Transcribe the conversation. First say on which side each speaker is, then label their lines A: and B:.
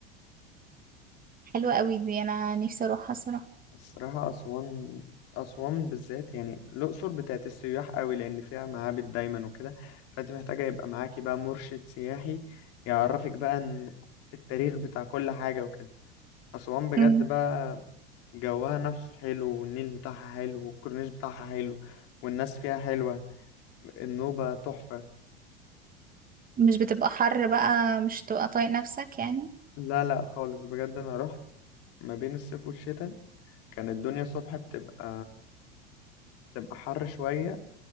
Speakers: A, on the right; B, on the left.
A: حلوة قوي دي انا نفسي اروحها الصراحة
B: الصراحه اسوان اسوان بالذات يعني الاقصر بتاعت السياح قوي لان فيها معابد دايما وكده فانت محتاجه يبقى معاكي بقى مرشد سياحي يعرفك بقى إن التاريخ بتاع كل حاجه وكده أسوان بجد
A: مم.
B: بقى جوها نفسه حلو والنيل بتاعها حلو والكورنيش بتاعها حلو والناس فيها حلوة النوبة تحفة
A: مش بتبقى حر بقى مش تبقى طايق نفسك يعني
B: لا لا خالص بجد أنا رحت ما بين الصيف والشتاء كانت الدنيا الصبح بتبقى بتبقى حر شوية